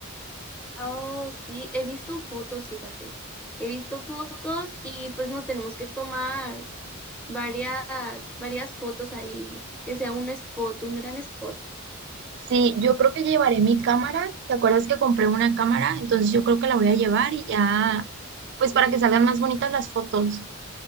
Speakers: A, in the centre; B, on the right.
A: Oh, sí, he visto fotos, fíjate. He visto fotos y pues nos tenemos que tomar varias, varias fotos ahí, que sea un spot, un gran spot.
B: Sí, yo creo que llevaré mi cámara. ¿Te acuerdas que compré una cámara? Entonces yo creo que la voy a llevar y ya, pues para que salgan más bonitas las fotos.